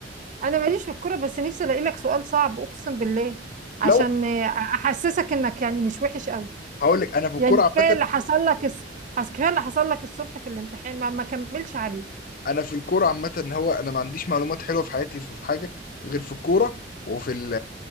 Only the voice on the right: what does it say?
انا ماليش في الكورة بس نفسي الاقي لك سؤال صعب اقسم بالله عشان
احسسك انك يعني مش وحش قوي
يعني
كفاية اللي حصل لك الس- كفاية اللي حصل لك الصبح في الامتحان ما ما كملش عليه